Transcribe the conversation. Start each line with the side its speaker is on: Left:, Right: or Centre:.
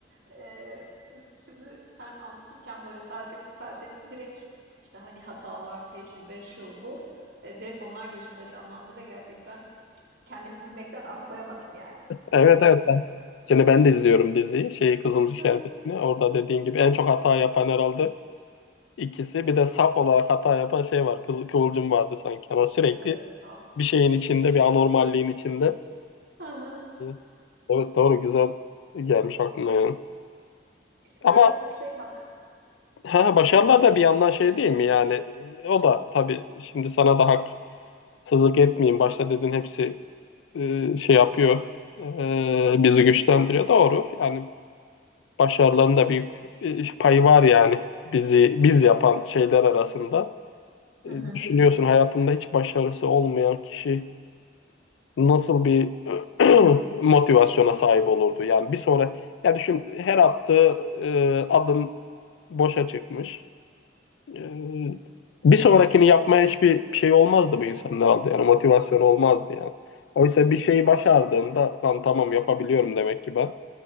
Right: Ee, şimdi sen anlatırken böyle felsefik felsefik direkt işte hani hatalar, tecrübe, şu bu. Ee, direkt onlar gözümde canlandı ve gerçekten kendimi gülmekten alıkoyamadım yani.
Left: Evet evet. Ben- Şimdi ben de izliyorum diziyi. Şeyi Kızılcık Şerbeti'ni.
Right: Hı hı.
Left: Orada dediğin gibi en çok hata yapan herhalde ikisi. Bir de saf olarak hata yapan şey var. Kızıl Kıvılcım vardı sanki. Ama sürekli
Right: Evet. sağ ol.
Left: bir şeyin içinde, bir anormalliğin içinde.
Right: Hı hı.
Left: e, Evet doğru güzel gelmiş aklına yani. Ama
Right: Yani şey hakkı.
Left: ha, başarılar da bir yandan şey değil mi yani e, o da tabii şimdi sana da haksızlık etmeyeyim başta dedin hepsi e, şey yapıyor e, bizi güçlendiriyor doğru yani başarıların da büyük e, payı var yani bizi biz yapan şeyler arasında E,
Right: Hı hı.
Left: düşünüyorsun hayatında hiç başarısı olmayan kişi nasıl bir <clears throat> motivasyona sahip olurdu? Yani bir sonra ya düşün her attığı e, adım boşa çıkmış. E, bir sonrakini yapmaya hiçbir şey olmazdı bu insanın herhalde. Yani motivasyonu olmazdı yani. Oysa bir şeyi başardığında lan tamam yapabiliyorum demek ki ben.